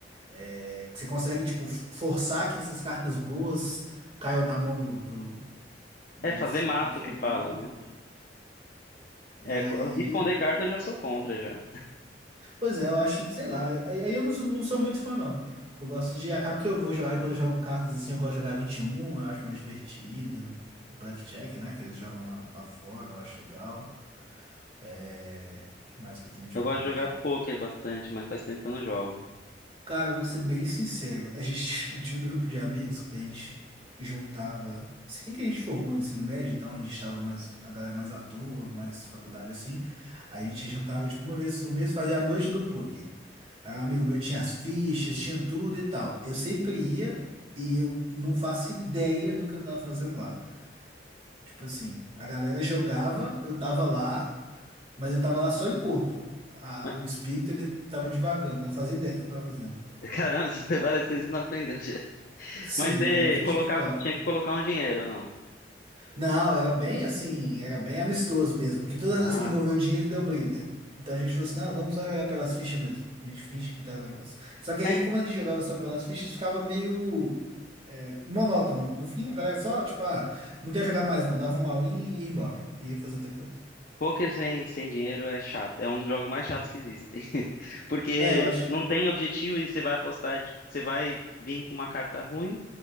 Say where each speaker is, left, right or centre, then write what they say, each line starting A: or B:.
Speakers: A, on the right; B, on the left.
A: é, que você consegue, tipo, forçar que essas cartas boas caiam na mão do, do, dos-
B: É fazer maço
A: da sua
B: que
A: dupla.
B: fala, né?
A: E
B: É,
A: aí.
B: co- esconder carta eu já sou contra já.
A: Pois é, eu acho, sei lá. Aí aí eu não sou, não sou muito fã, não. Eu gosto de. Acaba que eu vou jogar, e quando eu jogo cartas assim, eu gosto de jogar 21 eu acho mais divertido. Blackjack, né? Que eles jogam lá, lá fora, eu acho legal. É. O que mais que eu tenho jogado
B: Eu gosto de jogar
A: aqui?
B: pôquer bastante, mas faz tempo que eu não jogo.
A: Cara, eu vou ser bem sincero. A gente <laughs> eu tinha um grupo de amigos que a gente juntava. Assim que a gente formou no ensino médio, então a gente estava mais, a galera mais à toa, mais faculdade assim. A gente juntava, tipo, uma vez no mês, fazia a noite do poker. Aí um amigo meu tinha as fichas, tinha tudo e tal. Eu sempre ia e eu não faço ideia do que eu tava fazendo lá. Tipo assim, a galera jogava, eu tava lá, mas eu tava lá só em corpo. A,
B: Mas,
A: o espírito, ele tava divagando, não fazia ideia do que eu tava fazendo.
B: <laughs> caramba, você várias vezes não aprendeu direito.
A: Sim,
B: Mas você
A: velho, eu fui,
B: colocava,
A: tipo, sei lá.
B: tinha que colocar um dinheiro, ou não?
A: Não, era bem assim, era bem amistoso mesmo, que todas
B: Ah.
A: as vezes que envolveu dinheiro deu briga. Então a gente falou assim, não, vamos só jogar pelas fichas mesmo. A gente finge que tá negócio. Só que aí,
B: É,
A: como a gente jogava só pelas fichas, ficava meio é, monótono. No fim, a galera só, tipo, ah, não quer jogar mais não, dava um all-in e ia embora. E ia fazer outra coisa.
B: Poker sem, sem dinheiro é chato. É um dos jogos mais chatos que existem. <laughs> Porque
A: É, eu acho
B: não
A: que,
B: tem objetivo e você vai apostar, de- você vai vir com uma carta ruim